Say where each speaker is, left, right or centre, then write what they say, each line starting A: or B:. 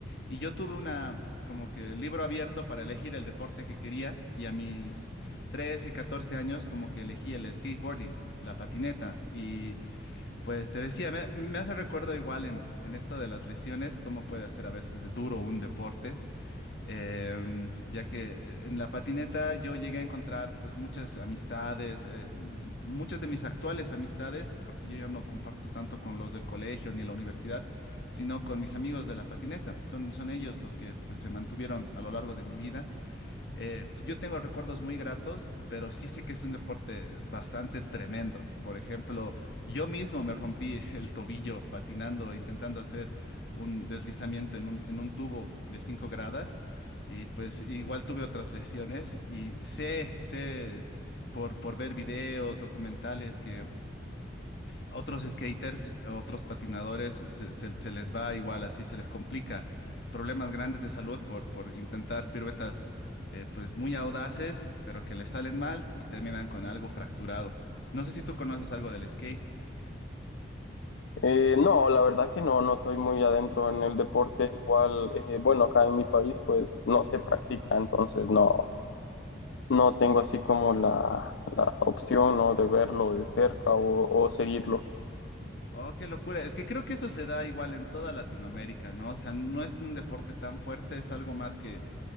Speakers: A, on the left; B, on the left.
A: Y yo tuve una, como que libro abierto para elegir el deporte que quería y a mis 13 14 años como que elegí el skateboarding, la patineta. Y pues te decía, me, me hace recuerdo igual en, en esto de las lesiones, cómo puede ser a veces de duro un deporte em, ya que eh, en la patineta yo llegué a encontrar pues muchas amistades, eh, m- muchas de mis actuales amistades, porque yo ya no comparto tanto con los del colegio ni la universidad, sino con mis amigos de la patineta. Son, son ellos los que pues se mantuvieron a lo largo de mi vida eh, yo tengo recuerdos muy gratos, pero sí sé que es un deporte bastante tremendo. Por ejemplo, yo mismo me rompí <laughs> el tobillo patinando, intentando hacer un deslizamiento en un, en un tubo de 5 gradas. Y pues igual tuve otras lesiones y sé, sé es por, por ver videos, documentales que a otros skaters, a otros patinadores, se, se- se les va igual así, se les complica. Problemas grandes de salud por, por intentar piruetas eh, pues muy audaces, pero que les salen mal y terminan con algo fracturado. No sé si tú conoces algo del skate.
B: Eh, no, la verdad que no, no estoy muy adentro en el deporte, igual, eh, bueno, acá en mi país pues no se practica, entonces no, no tengo así como la, la opción, ¿no? de verlo de cerca o, o seguirlo.
A: Oh, qué locura. Es que creo que eso se da igual en toda Latinoamérica, ¿no? O sea, no es un deporte tan fuerte, es algo más que